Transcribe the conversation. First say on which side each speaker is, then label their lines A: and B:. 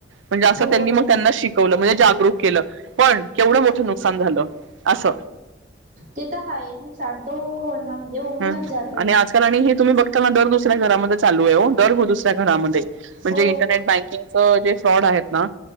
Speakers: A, on the right; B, on the right.
A: म्हणजे असं
B: हो
A: त्यांनी मग
B: हो.
A: त्यांना शिकवलं म्हणजे जागरूक केलं पण केवढं मोठं नुकसान झालं असस
B: ते तर हा नुकसान तो होऊन म्हणजे होऊन
A: ह
B: जाच जात ते
A: आणि आजकाल आणि हे तुम्ही बघताना दर दुसऱ्या घरामध्ये चालू आहे दुस्या घरा म्हणजे
B: हो.
A: इंरनेट बँकंग जे फ्रॉड आहेत ना